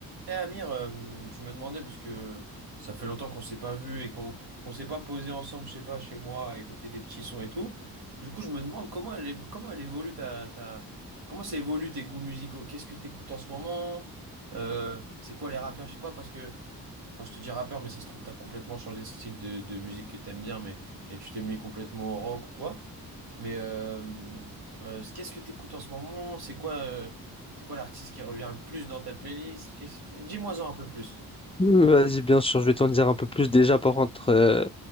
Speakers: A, on the right (about 75°); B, on the left (about 15°).
A: Eh Amir, euh, je me demandais, parce que ça fait longtemps qu'on s'est pas vu et qu'on qu'on s'est pas posé ensemble, je sais pas, chez moi, à écouter des petits sons et tout. Du coup, je me demande comment elle, évo- comment elle évolue ta, ta- comment ça évolue tes goûts musicaux? Qu'est-ce que t'écoutes en ce moment? Euh, c'est quoi les rappeurs? Je sais pas, parce que, enfin, je te dis rappeur, mais ça se trouve, t'as complètement changé de style de, de musique que t'aimes bien, mais et tu t'es mis complètement au rock ou quoi. Mais euh, euh, qu'est-ce que t'écoutes en ce moment? C'est quoi, euh, c'est quoi l'artiste qui revient le plus dans ta playlist? Qu'est-ce Dis-moi-en un peu plus.
B: Mmh, Vas-y, bien sûr, je vais t'en dire un peu plus. Déjà, par contre, euh,